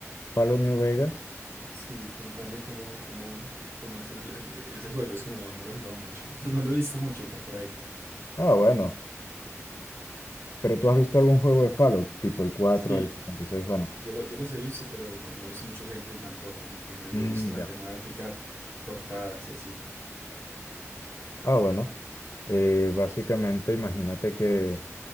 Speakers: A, on the left; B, on the right.
A: Fallout New Vegas.
B: Sí, contame cómo, cómo, cómo es el, el- ese juego, es que no, no lo he jugado mucho, <laughs> no lo he visto mucho, está por ahí.
A: Ah, bueno.
B: Bien.
A: Pero tú has visto algún juego de Fallout, tipo el cuatro
B: Sí,
A: el setenta y seis bueno.
B: Yo, lo- yo los he visto, pero no, no hice mucho gameplay tampoco, como que medio
A: Mm,
B: he visto la
A: ya.
B: temática, portadas y así.
A: Ah, bueno. Eh, básicamente, imagínate que